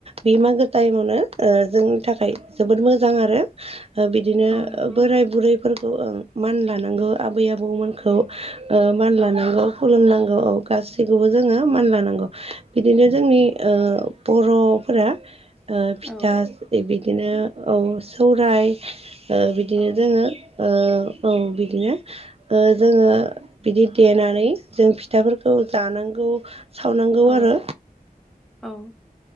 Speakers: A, on the right (about 40°); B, in the centre.
A: बे मागो टाइमावनो ओ जोंनि थाखाय जोबोद मोजां आरो बिदिनो
B: औ नंगौ
A: बोराय बुरैफोरखौ ओ मान लानांगौ आबै आबौमोनखौ मान लानांगौ।
B: औ
A: खुलुमनांगौ औ गासैखौबो जोङो मान लानांगौ बिदिनो जोंनि ओ बर'फोरा ओ फिथा
B: औ
A: बिदिनो औ सौराय ओ बिदिनो
B: औ
A: जोङो ओ औ बिदिनो ओ जोङो बिदि देनानै जों फिथाफोरखौ जानांगौ। सावनांगौ
B: औ
A: आरो
B: औ